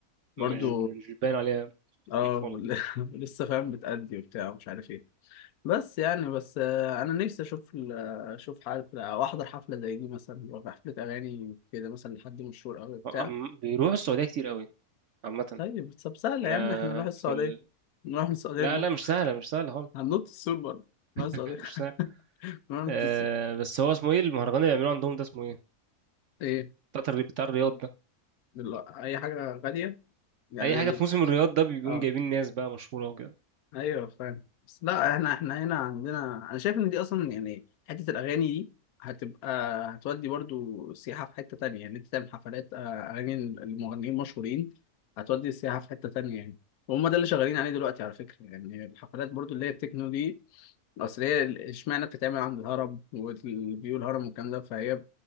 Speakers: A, on the left; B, on the right.
A: برضه
B: مش مش باين عليها
A: اه
B: خالص
A: <laughs> لسه فاهم بتأدي وبتاع ومش عارف ايه بس يعني بس آه، انا نفسي اشوف ال- آه، اشوف حفله او احضر حفله زي دي مثلا لو في حفله اغاني كده مثلا لحد مشهور قوي بتاع
B: عم- بيروحوا السعودية كتير قوي عامة
A: طيب طب سهله يا
B: آه،
A: عم احنا نروح السعوديه
B: في ال...
A: نروح من السعوديه
B: لا
A: ننط
B: لا مش سهلة مش سهلة خالص
A: هننط السور برضه نروح السعوديه
B: <laughs>
A: <laughs>
B: مش سهلة
A: نروح ننط
B: آه،
A: السور
B: بس هو اسمه ايه المهرجان اللي بيعملوه عندهم ده اسمه ايه
A: ايه
B: بتاع الري- بتاع الرياض ده
A: لا، اي حاجه غاليه يعني
B: أي حاجة
A: ال...
B: في موسم الرياض ده بيقوم
A: اه
B: جايبين ناس بقى مشهورة وكده
A: ايوه فاهم بس لا احنا احنا هنا عندنا انا شايف ان دي اصلا يعني حته الاغاني دي هتبقى هتودي برضو سياحه في حته تانية يعني انت تعمل حفلات آه، اغاني المغنيين المشهورين هتودي السياحه في حته تانية يعني وهم ده اللي شغالين عليه دلوقتي على فكره يعني الحفلات برضو اللي هي التكنو دي اصل هي ال- اشمعنى بتتعمل عند الهرم والفيو الهرم والكلام ده فهي